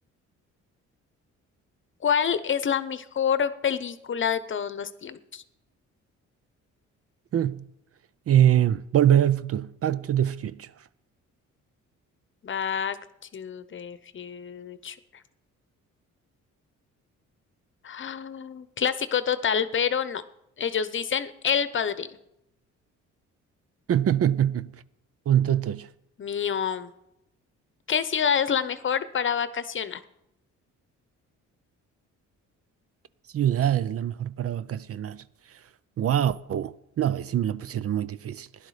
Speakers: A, on the left; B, on the right.
A: ¿Cuál es la mejor película de todos los tiempos?
B: Mm. Eh, Volver al futuro. Back to the future.
A: Back to the Future. <gasps> Ah, clásico total, pero no. Ellos dicen El Padrino.
B: <laughs> Punto toyo.
A: Mío, ¿qué ciudad es la mejor para vacacionar?
B: Ciudad es la mejor para vacacionar. Wow. No, ahí sí me la pusieron muy difícil.